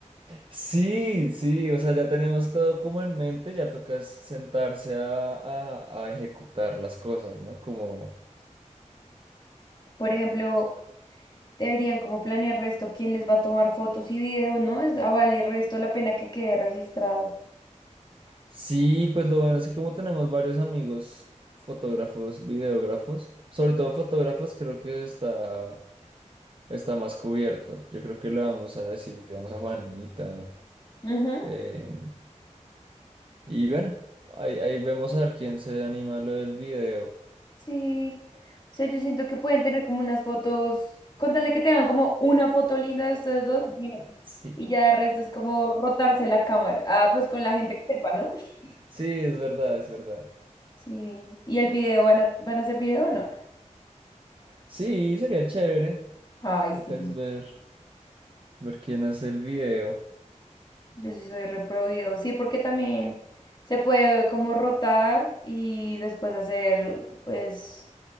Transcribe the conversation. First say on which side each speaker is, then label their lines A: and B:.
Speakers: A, on the right; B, on the left.
A: Sí, sí, o sea, ya tenemos todo como en mente, ya toca sentarse a, a, a ejecutar las cosas, ¿no? Como,
B: Por ejemplo, Deberían como planear resto quién les va a tomar fotos y videos, ¿no? Es, ah, vale resto la pena que quede registrado.
A: sí, pues lo bueno es que como tenemos varios amigos, fotógrafos, videógrafos, sobre todo fotógrafos, creo que está está más cubierto. Yo creo que le vamos a decir, digamos, a Juanita.
B: Ujú,
A: eh, y bueno, ahí, ahí vemos a ver quién se anima a lo del video.
B: Sí. O sea, yo siento que pueden tener como unas fotos, contarle que tengan como una foto linda de ustedes dos, bien.
A: Sí,
B: Y ya de resto es como rotarse la cámara. Ah, pues con la gente que sepa, ¿no? <laughs>
A: sí, es verdad, es verdad.
B: Sí. ¿Y el video? ¿Van a, van a hacer video o no?
A: Sí, sería chévere.
B: Ay,
A: Toca
B: sí.
A: es ver, ver quién hace el video.
B: Yo sí soy repro video. Sí, porque también se puede como rotar y después hacer, pues.